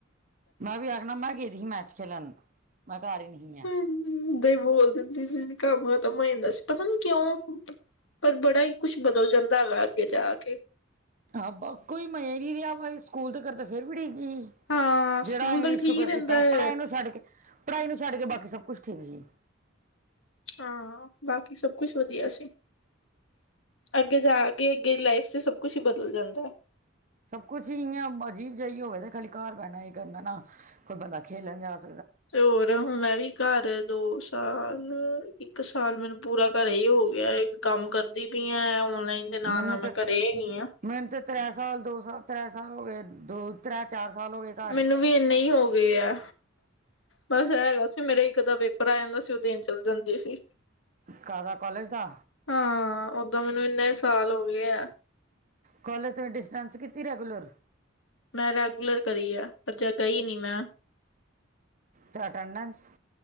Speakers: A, on the right; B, on the left.
A: ਮੈਂ ਵੀ ਆਖਨਾ ਮੈਂ ਗੇ ਦੀ ਮੈਚ ਖੇਲਨ, ਮੈਂ ਘਾਰ ਈ ਨੀ ਸੀ ਐ।
B: <inaudible> ਐਦਾਂ ਬੋਲ ਦਿੰਦੀ ਸੀ, ਜੀ ਕੰਮ ਖਤਮ ਹੋ ਜਾਂਦਾ ਸੀ ਪਤਾ ਨੀ ਕਿਉਂ। ਪਰ ਬੜਾ ਈ ਕੁੱਛ ਬਦਲ ਜਾਂਦਾ ਵੈ ਅੱਗੇ ਜਾ ਕੇ।
A: ਹਾਂ ਬ ਕੋਈ ਮਜਾ ਈ ਨੀ ਰੇਆ ਭਾਈ ਸਕੂਲ ਤਕਰ ਤੇ ਫੇਰ ਵੀ ਠੀਕ ਹੀ।
B: ਹਾਂ ਸਕੂਲ
A: ਜੇੜਾ ਅਹੀ
B: ਤੱਕ ਠੀਕ
A: ਸ਼ੁਕਰ
B: ਰਹਿੰਦਾ
A: ਕੀਤਾ
B: ਹੈ
A: ਪੜਾਈ ਨੂੰ ਛੱਡ ਕੇ, ਪੜਾਈ ਨੂੰ ਛੱਡ ਕੇ ਬਾਕੀ ਸਬ ਕੁੱਛ ਠੀਕ ਹੀ।
B: ਹਾਂ, ਬਾਕੀ ਸਬ ਕੁੱਛ ਵਧੀਆ ਸੀ। ਅੱਗੇ ਜਾ ਕੇ ਅੱਗੇ ਲਾਈਫ ਚ ਸਬ ਕੁੱਛ ਈ ਬਦਲ ਜਾਂਦੈ।
A: ਸਬ ਕੁਛ ਹੀ ਇਨਾਂ ਅਜੀਬ ਜਾ ਈ ਹੋਏ ਦਾ ਖਾਲੀ ਘਰ ਬੈਣਾ ਏ ਕਰਨੈ ਨਾ ਕੋਈ ਬੰਦਾ ਖੇਲਨ ਜਾ ਸ
B: ਤੇ ਹੋਰ। ਹੂੰ, ਮੈਂ ਵੀ ਘਾਰ ਦੋ ਸਾਲ, ਇੱਕ ਸਾਲ ਮੈਨੂੰ ਪੂਰਾ ਘਰੇ ਈ ਹੋ ਗੇਐ ਏਕ। ਕਾੰਮ ਕਰਦੀ ਪਈ ਆਂ, ਐ ਔਨਲਾਈਨ ਦੇ ਨਾਲ-ਨਾਲ,
A: ਮੈਨੂੰ
B: ਮੈਂ
A: ਤੇ
B: ਘਰੇ ਹੈਗੀ ਆਂ।
A: ਮੈਨੂੰ ਤਾਂ ਤ੍ਰੈ ਸਾਲ, ਦੋ ਸਾਲ, ਤ੍ਰੈ ਸਾਲ ਹੋ ਗਏ ਦੋ ਤ੍ਰੈ, ਚਾਰ ਸਾਲ ਹੋ ਗਏ। ਘਰ
B: ਮੈਨੂੰ
A: ਹੀ
B: ਵੀ ਇੰਨੇ ਈ ਹੋ ਗਏ ਐ। ਬਸ ਐ ਹੈਗਾ ਸੀ ਮੇਰਾ ਇੱਕ ਅਦਾ ਪੇਪਰ ਆ ਜਾਂਦਾ ਸੀ ਓ ਦੇਨ ਚੱਲ ਜਾਂਦੀ ਸੀ।
A: ਕਾਦਾ, ਕੋਲੇਜ ਦਾ?
B: ਹਾਂ ਓਦਾਂ ਮੈਨੂੰ ਇੰਨੇ ਸਾਲ ਹੋ ਗਏ ਐ।
A: ਕੋਲੇਜ ਤੋ ਡਿਸਟੈਂਸ ਕੀਤੀ ਰੈਗੂਲਰ?
B: ਮੈਂ ਰੈਗੂਲਰ ਕਰੀ ਐ ਪਰ ਚਾਏ ਗਈ ਨੀ ਮੈਂ।
A: ਅੱਛਾ ਅਟੈਂਡੈਂਸ?